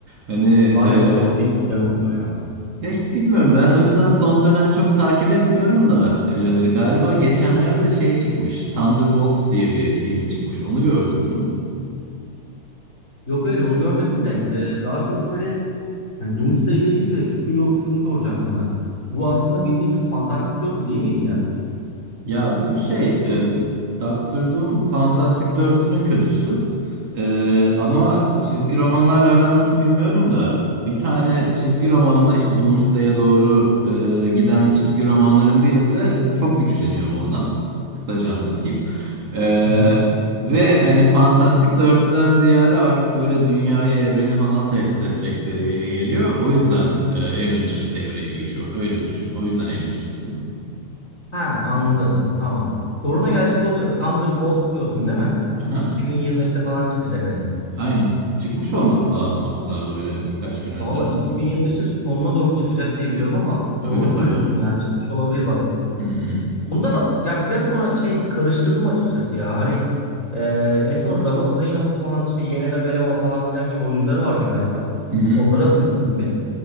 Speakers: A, on the right; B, on the left.
A: Hani
B: Var
A: e,
B: ya o zaman hiç güzel olmuyor ya.
A: ya işte bilmiyorum ben o yüzden son dönem çok takip etmiyorum da e, galiba geçenlerde de şey çıkmış Thunderbolts diye bir filmi çıkmış onu gördün mü?
B: Yok hayır onu görmedim de e, daha çok böyle hani Doomsday ile ilgili de şu yo- şunu soracağım sana. Bu aslında bildiğimiz fantastik dörtlü değil miydi ya?
A: Ya bu şey,
B: Grup.
A: e, Doctor Doom Fantastic Dörtlü'nün kötüsü. E, ama çizgi romanlarla aran nasıl bilmiyorum da bir tane çizgi romanda işte Doomsday'e doğru e, giden çizgi romanların birinde çok güçleniyor bu adam. Kısaca anlatayım. E,
B: Hı hı.
A: ve hani Fantastic Dörtlü'den ziyade artık böyle dünyayı, evreni falan tehdit edecek seviyeye geliyor. O yüzden e, Avengers devreye giriyor. Öyle düşün. O yüzden Avengers filmi.
B: Ha anladım. Tamam. Soruna gelecek olursak e, Thunderbolts diyorsun değil mi?
A: Aha.
B: 2025'te falan çıkacak hani.
A: Aynen. Çıkmış olması lazım hatta böyle birkaç gün önce.
B: Valla 2025'in sonuna doğru çıkacak diye biliyorum ama
A: Öyle
B: doğru
A: mi?
B: söylüyorsun ya çıkmış olabilir bak.
A: Hı hı.
B: Onda da ya biraz bana şey karıştırdım açıkçası ya. Hani e, en son Robert Reynolds falan işte Yelena Belova falan filan gibi oyuncuları vardı galiba.
A: Hı hı.
B: Onları hatırlıyorum bir.